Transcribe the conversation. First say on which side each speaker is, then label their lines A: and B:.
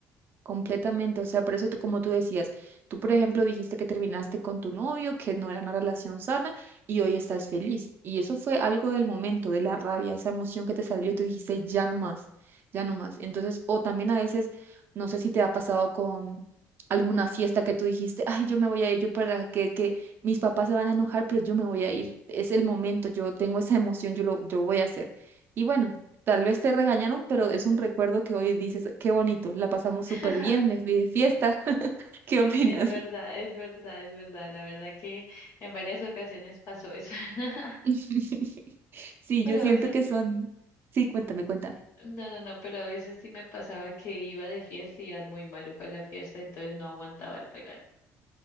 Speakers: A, on the right (about 40°); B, on the left (about 50°).
A: Completamente, o sea, por eso tú, como tú decías, tú por ejemplo dijiste que terminaste con tu novio, que no era una relación sana y hoy estás feliz. Y eso fue algo del momento, de la rabia, esa emoción que te salió y tú dijiste, ya no más, ya no más. Entonces, o también a veces, no sé si te ha pasado con alguna fiesta que tú dijiste, ay, yo me voy a ir, yo para que, que mis papás se van a enojar, pero yo me voy a ir. Es el momento, yo tengo esa emoción, yo lo, yo voy a hacer. Y bueno. Tal vez te regañaron, pero es un recuerdo que hoy dices, qué bonito, la pasamos súper
B: <laughs>
A: bien, me fui de fiesta. <laughs> ¿Qué opinas?
B: Es verdad, es verdad, es verdad, la verdad que en varias ocasiones pasó eso. <laughs>
A: <laughs> Sí,
B: Pero
A: yo siento
B: a veces,
A: que son... Sí, cuéntame, cuéntame.
B: no, no, no, pero a veces sí me pasaba que iba de fiesta y era muy maluca la fiesta, entonces no aguantaba el regaño.